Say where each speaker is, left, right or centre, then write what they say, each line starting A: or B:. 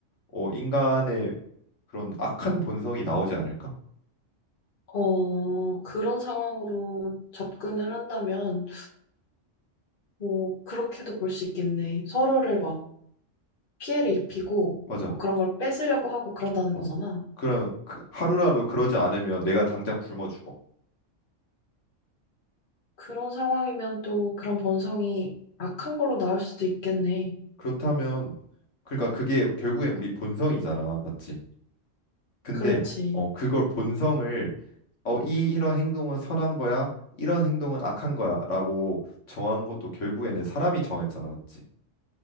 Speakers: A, on the left; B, on the left.
A: 어, 인간의 그런 악한 본성이 나오지 않을까?
B: 어, 그런 상황으로 접근을 한다면 뭐, 그렇게도 볼 수 있겠네. 서로를 막 피해를 입히고,
A: 맞아.
B: 뭐 그런 걸 뺏으려고 하고 그런다는
A: 어.
B: 거잖아.
A: 그런 그 하루라도 그러지 않으면 내가 당장 굶어 죽어.
B: 그런 상황이면 또 그런 본성이 악한 걸로 나올 수도 있겠네.
A: 그렇다면 그러니까 그게 결국엔 우리 본성이잖아. 맞지? 근데
B: 그렇지.
A: 어, 그걸 본성을 어, 이 이런 행동은 선한 거야, 이런 행동은 악한 거야라고 정한 것도 결국에는 사람이 정했잖아, 맞지?